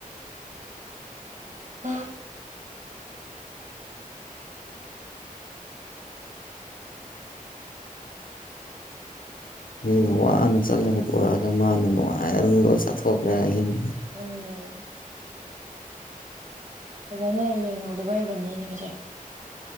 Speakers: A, on the right (about 55°); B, on the left (about 70°).
A: ꯑꯥ
B: ꯃꯤꯅ ꯋꯥꯅ ꯆꯠꯂꯒ ꯄꯨꯔꯛꯑꯒ ꯃꯥꯅ ꯅꯨꯡꯉꯥꯏ ꯑꯗꯨꯝ ꯂꯣꯏ ꯆꯥꯊꯣꯛꯈ꯭ꯔꯦ ꯑꯍꯤꯡ
A: ꯎꯝ ꯐꯖꯅ ꯌꯦꯡꯍꯧꯗꯕꯩ ꯑꯣꯏꯔꯝꯅꯤ ꯅꯣꯏꯁꯦ